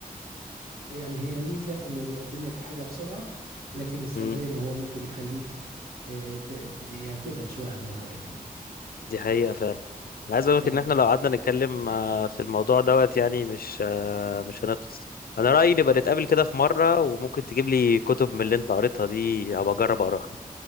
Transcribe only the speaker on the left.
امم
دي حقيقة فعلا أنا عايز اقول
لك ان احنا لو قعدنا نتكلم آه، في الموضوع دوت يعني مش آه، مش هنخلص انا رأيي نبقى نتقابل كده في مرة وممكن تجيب لي كتب من اللي انت قريتها دي ابقى اجرب اقراها